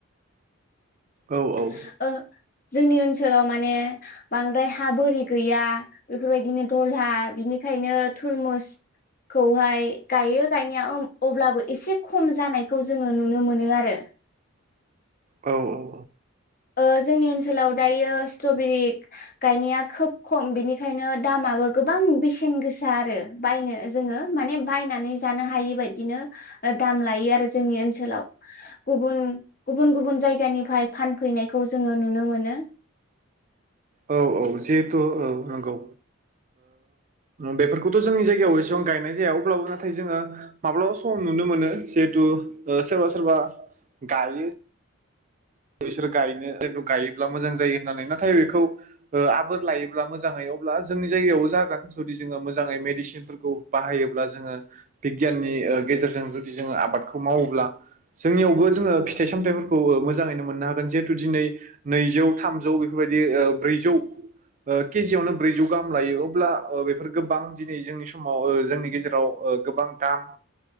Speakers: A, on the left (about 40°); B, on the right (about 35°).
A: <unintelligible>
B: औ औ
A: ओ जोंनि ओनसोलाव माने बांद्राय हा बोरि गैया बेफोरबायदिनो दलहा बिनिखायनो थुरमुस खौहाय गायो गायनाया अब्लाबो एसे खम जानायखौ जोङो नुनो मोनो आरो
B: औ
A: ओ जोंनि ओनसोलाव दायो स्ट्रबेरि गायनाया खोब खम बिनिखायनो दामाबो गोबां बेसेन गोसा आरो बायनो जोङो माने बायनानै जानो हायि बादिनो दाम लायो आरो जोंनि ओनसोलाव गुबुन गुबुन गुबुन जायगानिफ्राय फान फैनायखौ जोङो नुनो मोनो
B: औ औ जिहेथु औ नंगौ बेफोरखौथ' जोंनि जायगायाव एसेबां गायनाय जाया अब्लाबो नाथाय जोङो माब्लाबा सम नुनो मोनो जिहेथु सोरबा सोरबा गायो बिसोर गायनो गायोब्ला मोजां जायो होननानै नाथाय बेखौ आबोर लायोब्ला मोजाङै अब्ला जोंनि जायगायावबो जागोन जुदि जोङो मोजाङै मेदिसिन फोरखौ बाहायोब्ला जोङो बिगियाननि गेजेरजों जुदि जोङो आबादखौ मावोब्ला जोंनियावबो जोङो फिथाइ सामथायफोरखौ मोजाङैनो मोननो हागोन जिहेतु दिनै नैजौ थामजौ बेफोरबायदि ब्रैजौ ओ केजियावनो ब्रैजौ गाहाम लायो अब्ला बेफोर बां दिनै जोंनि समाव जोंनि गेजेराव ओ गोबां दाम